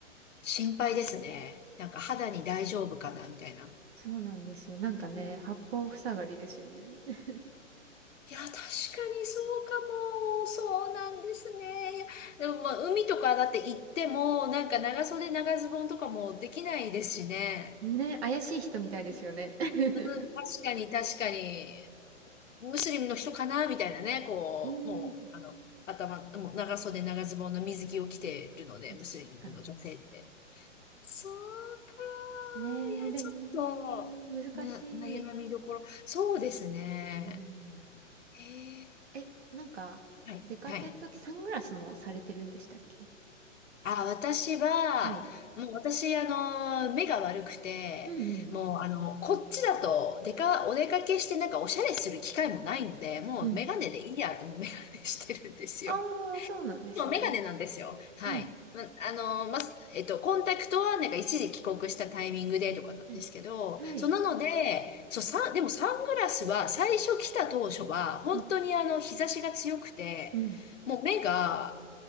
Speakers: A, on the left (about 70°); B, on the right (about 55°).
A: 心配ですね。なんか肌に大丈夫かなみたいな。
B: そうなんですよ。なんかね、
A: うん
B: 八方塞がりですよね。<laughs>
A: いや、確かにそうかも。そうなんですね。いやでもまあ、海とかだって行っても、なんか長袖長ズボンとかもできないですしね。
B: ね、怪しい人みたいですよね。
A: う
B: <laughs>
A: ん確かに確かに、ムスリムの人かなみたいなね、こう、
B: うーん、
A: もう、あの、頭、もう長袖長ズボンの水着を着てるので、
B: 確かに。
A: ムスリムの女性って。そうか
B: ねえ、
A: ー。いや、
B: でも、
A: ちょっと、
B: 難しい。
A: な、悩みどころ。そうですね。
B: うん。
A: へえ。
B: え、なんか、
A: はい、
B: 出かけるときサングラスもされてるんでしたっけ
A: はい。あ、私は、
B: はい。
A: もう私、あの、目が悪くて、
B: うんうん。
A: もう、あの、こっちだと、でか、お出かけしてなんかおしゃれする機会もないので、もうメガネでいいやって、
B: うん。
A: もうメガネしてるんですよ。
B: ああ、そうなんですね。
A: もうメガネなんですよ。はい。
B: うん。
A: ま、あのま、えっと、コンタクトはなんか一時帰国したタイミングでとかなんですけど、
B: はい。はい。
A: そうなので、そう、サンでもサングラスは最初来た当初は、本当にあの、
B: うん。
A: 日差しが強くて、
B: うん。
A: もう目が、